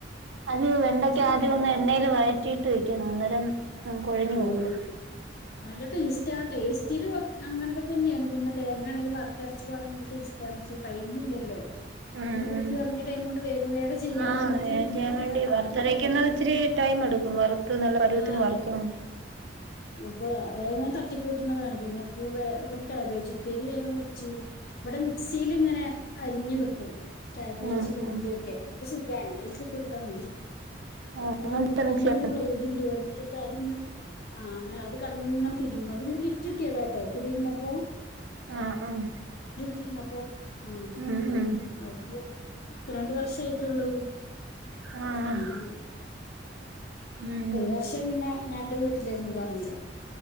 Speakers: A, on the right; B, on the left.
A: അത് വെണ്ടക്ക
B: പക്ഷെ
A: ആദ്യം ഒന്ന് എണ്ണേല് വഴ റ്റീട്ട് വെക്കണം അന്നേരം കൊഴഞ്ഞു
B: ആഹ്
A: പോകൂല
B: നല്ല ടേസ്റ്റ് ആ ടേ സ്റ്റിൽ വെക്കാ അങ്ങനൊക്കെ തന്ന്യാണ് പിന്നെ തേങ്ങാണെങ്കിൽ വറുത്തരച്ച് പാർന്നാ നല്ല ടേസ്റ്റാണ് പക്ഷേ ടൈം ഇല്ലല്ലോ
A: ഉം
B: ഞാനീ കുട്ടി
A: ഉം
B: ഒറങ്ങിയ ടൈം കൊണ്ട് വേഗം വേഗം ചെയ്യാൻ
A: ആ
B: വേണ്ടീട്ട്
A: അത് ചെയ്യാൻ വേണ്ടി
B: ഇതാ തട്ടിക്കൂട്ടി
A: വറുത്തരക്കുന്നത് ഇച്ചിരി ടൈം എടുക്കും സുമാർ ത്ത് നല്ല പരുവത്തിന്
B: ആഹ്
A: വറുക്കണം
B: അപ്പൊ വേം വേം ത ട്ടികൂട്ടണതാണ് പിന്നെ പൂ വേഗം കാബേജ് ഉപ്പേരി വേഗം വെച്ചു ഇവിടെ മിക്സീൽ ഇങ്ങനെ അരിഞ്ഞു കിട്ടും കാബേജ്
A: ഉം
B: ഉള്ളിയൊക്കെ
A: ഉം
B: അപ്പോ സുഖമാണ് അതിലേക്ക് ഇട്ടു കൊടുത്താൽ മതി
A: ആഹ്
B: ഒരു
A: അങ്ങനത്തെ മിക്സി
B: അരിയണ ഒരു ബ്ലേഡ് ഉണ്ട് അത് ഇട്ട് കൊടുത്ത അതി ആഹ് അന അ കെടന്നിങ്ങനെ തിരിയും അത്ങ്ങനെ ഗഫ്റ്റ് കിട്ടിയതാട്ടോ കടിയിരുന്നപ്പോ
A: ആഹ് ആഹ്
B: കിരുന്നപ്പോ ആഹ്
A: ഉം ഉം
B: അതു ഇപ്പ രണ്ട് വർഷമായി ട്ടുള്ളൂ
A: ആഹ് ആഹ്
B: ഞാന്
A: ഉം
B: ഒരു വർഷം പിന്നെ ഞാൻ എന്റെ വീട്ടിലാരുന്നു പറഞ്ഞില്ലേ